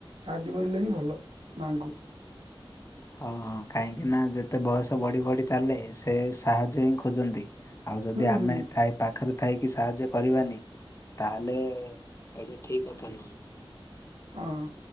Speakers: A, on the right; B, on the left.
A: ସାହାଯ୍ୟ କରିଲେ ହିଁ ଭଲ ମାଆଙ୍କୁ।
B: ହଁ ହଁ। କାହିଁକି ନା ଯେତେ ବୟସ ବଢି ବଢି ଚାଲେ ସେ ସାହାଯ୍ୟ ହିଁ ଖୋଜନ୍ତି। ଆଉ ଯଦି
A: ହୁଁ
B: ଆମେ
A: ହୁଁ
B: ଥାାଇ ପାଖରେ ଥାଇକି ସାହାଯ୍ୟ କରିବାନି ତାହେଲେ ଏଇଟା ଠିକ କଥା ନୁହଁ।
A: ହଁ